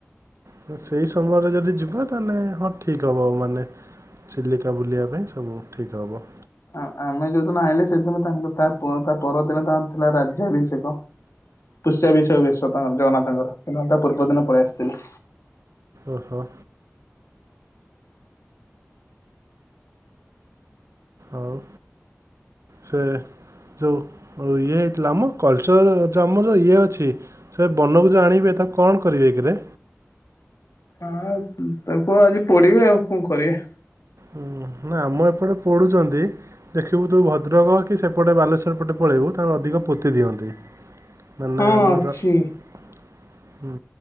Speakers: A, on the right; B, on the left.
A: ହ ସେଇ ସମୟରେ ଯଦି ଯିବ ତାହେଲେ ହଁ ଠିକ ହବ ଆଉ ମାନେ ଚିଲିକା ବୁଲିବା ପାଇଁ ସବୁ ଠିକ୍ ହବ
B: ଆ ଆମେ ଯୋଉଦିନ ଆଇଲେ ସେଦିନ ତାଙ୍କ ତା ପ ତା ପରଦିନ ତାଙ୍କର ଥିଲା ରାଜ୍ୟାଭିଷେକ ପୁଷ୍ୟା ବିଷୟ ବେଶ ତାଙ୍କର ଜଗନ୍ନାଥଙ୍କର ସେ ଦିନ ତା ପୂର୍ବ ଦିନ ପଳେଇ ଆସିଥିଲେ
A: ଓହୋ ଆଉ ସେ ଯେଉଁ ଇଏ ହେଇଥିଲା ଆମ କଲଚର ଯେ ଆମର ଇଏ ଅଛି ସେ ବନଭୂଜ ଆଣିବେ ତାଙ୍କୁ କଣ କରିବେ କିରେ।
B: ହଁ ତାକୁ ଆଜି ପୋଡ଼ିବେ ଆଉ କଣ କରିବେ।
A: ହୁଁ ନା ଆମ ଏପଟେ ପୋଡୁଛନ୍ତି। ଦେଖିବୁ ତୁ ଭଦ୍ରକ କି ସେପଟେ ବାଲେଶ୍ୱର ପଟେ ପଳେଇବୁ ତାଙ୍କର ଅଧିକ ପୋତି ଦିଅନ୍ତି। ମାନେ
B: ହଁ
A: ଆମର
B: ଅଛି।
A: ହୁଁ